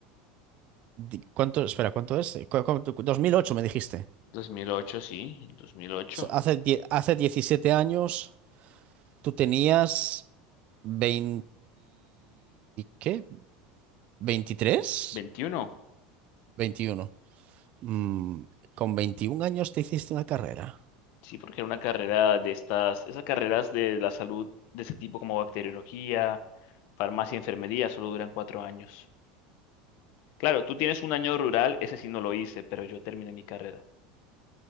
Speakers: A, on the right; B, on the left.
A: di- ¿cuánto? Espera, ¿cuánto es? Eh, ¿Cu- cuánto? dos mil ocho me dijiste.
B: dos mil ocho sí, dos mil ocho
A: So, Hace, die- hace 17 años tú tenías 20... ¿Qué? veintitrés
B: Veintiuno,
A: veintiuno. Mm, con 21 años te hiciste una carrera.
B: Sí, porque era una carrera de estas, esas carreras de la salud de ese tipo como bacteriología, farmacia, enfermería, solo duran cuatro años. Claro, tú tienes un año rural, ese sí no lo hice, pero yo terminé mi carrera.